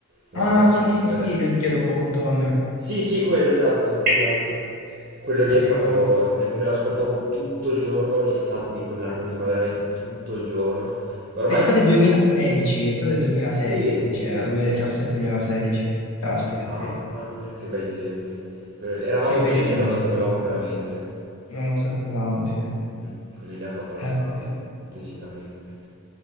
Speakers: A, on the right; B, on the left.
A: una
B: Ah,
A: cosa
B: sì,
A: del
B: sì,
A: genere.
B: sì, io ti chiedo Bonton,
A: Sì, sì, quello, esatto, esatto. Quello lì
B: non
A: è stato,
B: ricordo.
A: me, me lo ascoltavo tutto il giorno, l'estate di quell'anno lì, ma veramente tutto il giorno. Ormai,
B: Estate
A: sì,
B: 2016, estate 2016
A: sì, sì,
B: era,
A: sì.
B: 2017-2016,
A: sì.
B: caspita,
A: Mamma
B: sì.
A: mia, che bei tempi. Quelli- Eravamo
B: Che bei
A: felici
B: tempi,
A: e non lo sapevamo
B: sì.
A: veramente.
B: Non lo sapevamo, sì. Eh,
A: Mm, Quelli lì hanno fatto la
B: vabbè.
A: storia,
B: È
A: decisamente.